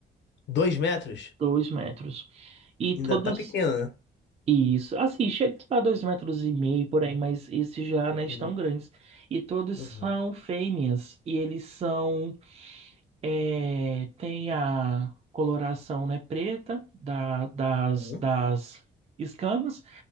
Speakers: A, on the left; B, on the right.
A: Dois metros?
B: Dois metros. E todos.
A: Ainda tá pequeno, né?
B: Isso. Assim, chega a dois metros e meio por aí, mas esses já
A: Uhum,
B: não estão grandes. E todos
A: uhum,
B: são fêmeas. E eles são É, tem a coloração, né, preta da- das,
A: uhum,
B: das escamas,